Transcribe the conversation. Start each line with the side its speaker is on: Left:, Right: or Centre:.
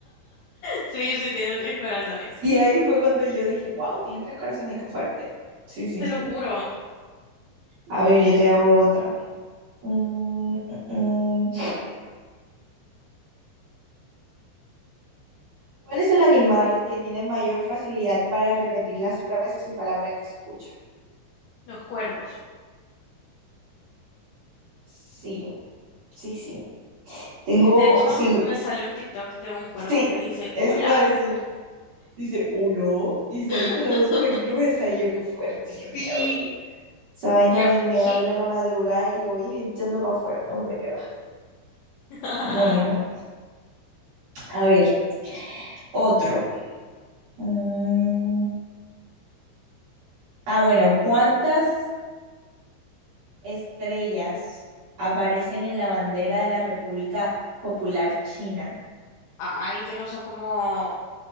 Left: Sí, sí, tienen tres corazones.
Right: Y ahí fue cuando yo dije, wow, tienen tres corazones, qué fuerte. Sí, sí.
Left: Te lo juro,
Right: A ver, yo te hago otra. Mm, mm. mm. ¿Cuál es el animal que tiene mayor facilidad para repetir las frases y palabras que escucha?
Left: los cuervos.
Right: Sí, sí, sí. Tengo,
Left: Eh, De hecho,
Right: sí,
Left: me salió un TikTok de un cuervo
Right: sí,
Left: que dice,
Right: eso
Left: hola.
Right: iba a decir. Dice, uno, y salí
Left: <laughs>
Right: con la voz súper gruesa y yo, qué fuerte,
Left: Sí.
Right: qué miedo. Esa vaina
Left: Y yo,
Right: me, me
Left: ¿qué?
Right: habla en la madrugada y lo voy echando para afuera, no, hombre, qué va.
Left: <laughs>
Right: No, no, no. A ver, otro. Mm. Ah, bueno, ¿cuántas estrellas aparecen en la bandera de la República Popular China?
Left: Ay, que no son como,